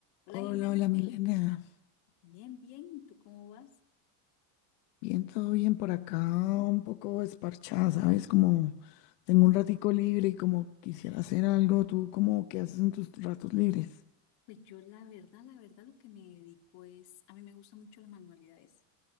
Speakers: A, on the left (about 60°); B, on the left (about 85°).
A: Hola
B: Hola,
A: Jimena,
B: hola Milena.
A: bien, bien, ¿y tú cómo vas?
B: Bien, todo bien por acá, un poco esparchada, ¿sabes? Como tengo un ratico libre y como quisiera hacer algo, ¿tú cómo qué haces en tus ratos libres?
A: Pues yo la verdad, la verdad lo que me dedico es, a mí me gustan mucho las manualidades,